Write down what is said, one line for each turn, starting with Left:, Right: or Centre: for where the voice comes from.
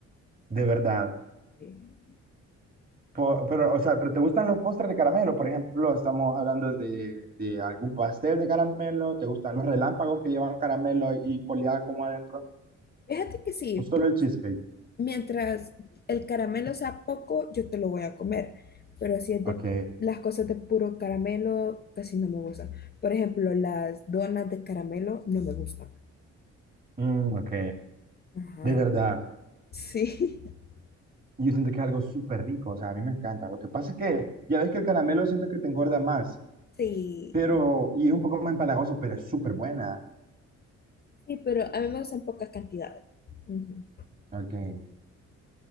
Right: de verdad.
Left: Sí.
Right: Po- Pero, o sea, pero ¿te gustan los postres de caramelo? Por ejemplo, estamos hablando de, de algún pastel de caramelo. ¿Te gustan los relámpagos que llevan caramelo y poleada como adentro?
Left: Fíjate que sí.
Right: ¿O solo el cheesecake?
Left: mientras el caramelo sea poco, yo te lo voy a comer. Pero si es
Right: Ok.
Left: de las cosas de puro caramelo, casi no me gustan. Por ejemplo, las donas de caramelo no me gustan.
Right: Mm, ok.
Left: Ajá.
Right: De verdad.
Left: Sí. <laughs>
Right: Yo siento que es algo súper rico. O sea, a mí me encanta. Lo que pasa es que ya ves que el caramelo siento que te engorda más.
Left: Sí.
Right: Pero, y es un poco más empalagoso, pero es súper buena.
Left: Sí, pero a mí me gustan pocas cantidades. Ujú.
Right: Ok,